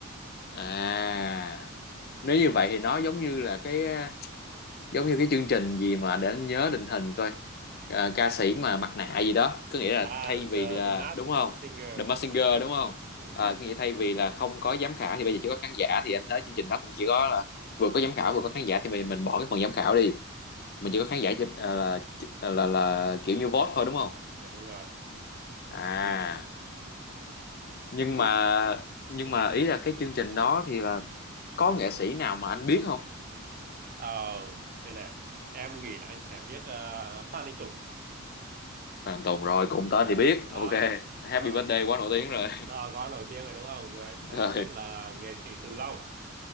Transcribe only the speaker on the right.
à
The
The Mask
Singer
ờ
ừ,
ừ.
dạ đúng rồi
thì
ừ,
Ờ, đây này, em nghĩ là anh sẽ biết ờ, Phan Đình Tục.
Đó,
đó,
Phan-
đó, gói nổi tiếng rồi đúng không? Rồi anh sẽ
biết là nghệ sĩ Từ Long.